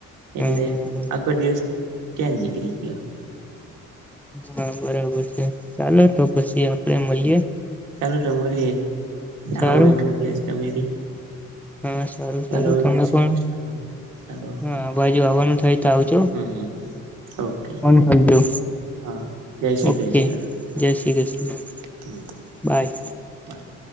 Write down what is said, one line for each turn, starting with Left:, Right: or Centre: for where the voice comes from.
Right: એટલે
Centre: હા બરાબર
Right: આખો દિવસ ક્યાં નિકરી ગિયા
Centre: હા બરાબર છે ચાલો તો પછી આપ પે મળીયે
Right: ચાલો તો મલીયે
Centre: સારું
Right: આવું એખાધ દિવસ તમે બી
Centre: હા સારું
Right: ચાલો
Centre: સારું તમે
Right: જય શ્રી
Centre: પણ
Right: કૃષ્ણ. ચાલો
Centre: હા અવા આવાનું થાય તો આવજો
Right: હમ હમ ઓકે
Centre: ફોન કરજો
Right: હા જય શ્રી
Centre: ઓકે
Right: કૃષ્ણ
Centre: જય શ્રી કૃષ્ણ <inaudible>
Right: હમ
Centre: બાય
Right: બાય